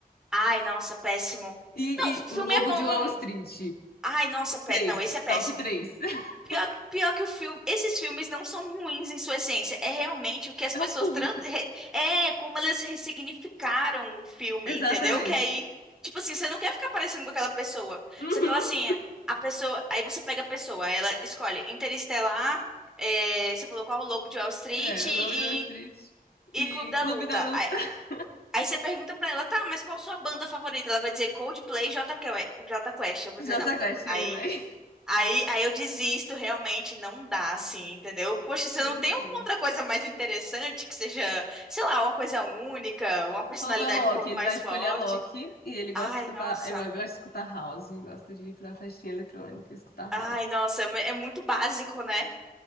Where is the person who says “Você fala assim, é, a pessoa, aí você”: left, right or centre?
Centre